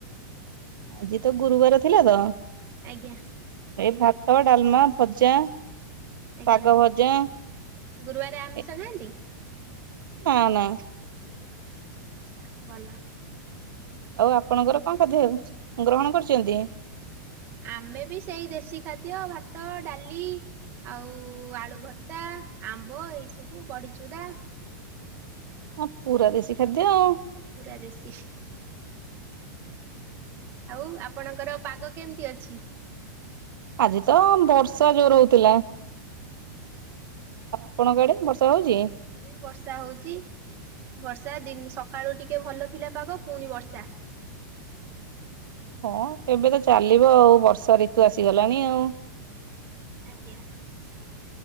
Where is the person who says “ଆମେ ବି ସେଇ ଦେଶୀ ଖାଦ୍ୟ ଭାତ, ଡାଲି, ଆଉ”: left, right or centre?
Right